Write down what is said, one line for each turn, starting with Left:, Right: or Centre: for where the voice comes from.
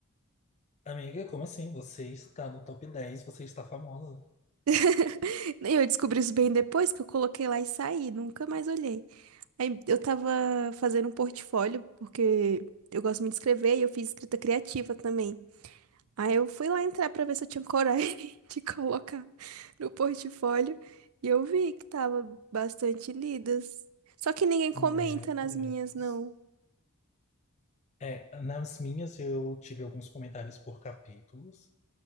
Left: Amiga, como assim? Você está no top dez você está famosa.
Right: <laughs> E eu descobri isso bem depois que eu coloquei lá e saí, nunca mais olhei. Aí eu tava fazendo um portfólio, porque eu gosto muito de escrever e eu fiz escrita criativa também. Aí eu fui lá entrar pra ver se eu tinha coragem <laughs> de colocar no portfólio e eu vi que tava bastante lidas. Só que ninguém comenta
Left: Meu
Right: nas
Left: Deus.
Right: minhas, não.
Left: É, nas minhas eu tive alguns comentários por capítulos,